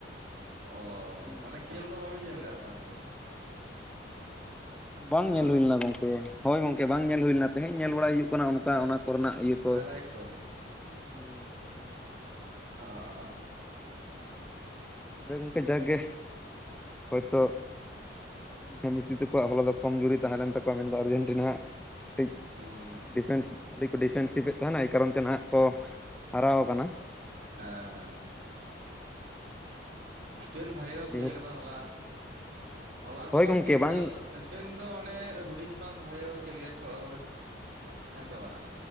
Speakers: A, on the right; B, in the centre.
A: ᱚ
B: ᱦᱩᱸ
A: ᱢᱟᱱᱮ ᱠᱷᱮᱞ ᱫᱚ ᱵᱟᱵᱤᱱ ᱧᱮᱞ ᱠᱟᱜᱼᱟ ᱛᱟᱦᱚᱞᱮ?
B: ᱵᱟᱝ
A: ᱦᱮᱞᱳ
B: ᱧᱮᱞ ᱦᱩᱭ ᱞᱮᱱᱟ ᱜᱚᱝᱠᱮ᱾ ᱦᱳᱭ ᱜᱚᱝᱠᱮ ᱵᱟᱝ ᱧᱮᱞ ᱦᱩᱭ ᱞᱮᱱᱟ ᱛᱮᱦᱮᱧ ᱧᱮᱞ ᱵᱟᱲᱟ ᱦᱩᱭᱩᱜ ᱠᱟᱱᱟ ᱚᱱᱠᱟ ᱚᱱᱟ ᱠᱚᱨᱮᱱᱟᱜ ᱤᱭᱟᱹ ᱠᱚ
A: ᱦᱟᱭᱞᱟᱭᱤᱴ ᱠᱚ
B: ᱦᱩᱸ
A: ᱚ <unintelligible>
B: ᱟᱫᱚ ᱜᱚᱢᱠᱮ ᱡᱟᱠᱜᱮ ᱦᱚᱭ ᱛᱳᱜ᱾ ᱦᱮᱸ ᱢᱮᱥᱤ ᱛᱟᱠᱚᱣᱟᱜ ᱦᱚᱞᱟ ᱫᱚ ᱠᱚᱢ ᱡᱩᱨᱤ ᱛᱟᱦᱮᱸ ᱞᱮᱱ ᱛᱟᱠᱚᱣᱟ ᱢᱮᱱᱫᱚ ᱟᱨᱡᱮᱱᱴᱤᱱᱟᱜ ᱾ ᱠᱟᱹᱴᱤᱡ
A: ᱦᱩᱸ ᱦᱩᱸ
B: ᱰᱤᱯᱷᱮᱱᱥ ᱟᱹᱰᱤ ᱠᱚ ᱰᱤᱯᱷᱮᱱᱥᱤ ᱠᱮ ᱛᱟᱦᱮᱱᱟᱜ ᱮᱭ ᱠᱟᱨᱚᱱ ᱛᱮ ᱱᱟᱦᱟᱜ ᱠᱚ ᱦᱟᱨᱟᱣ ᱠᱟᱱᱟ᱾
A: ᱦᱮᱸ ᱦᱮᱸ᱾ ᱮᱥᱯᱮᱱ ᱵᱷᱟᱜᱮ ᱠᱚ ᱠᱷᱮᱞ
B: ᱱᱤᱦᱟᱹᱛ
A: ᱠᱟᱫᱟ ᱦᱚᱞᱟ ᱦᱚᱞᱟ ᱫᱚ
B: ᱦᱳᱭ ᱜᱚᱝᱠᱮ
A: ᱥᱮᱢᱤ ᱯᱷᱟᱭᱱᱟᱞ
B: ᱵᱟᱝ
A: ᱥᱯᱮᱱ ᱫᱚ ᱢᱟᱱᱮ ᱦᱩᱰᱤᱧ ᱯᱟᱥ ᱵᱷᱟᱜᱮ ᱠᱚ ᱠᱷᱮᱞ ᱜᱮᱭᱟ ᱪᱷᱚ ᱢᱟᱱᱮ ᱦᱮᱸᱥᱮ ᱵᱟᱝ,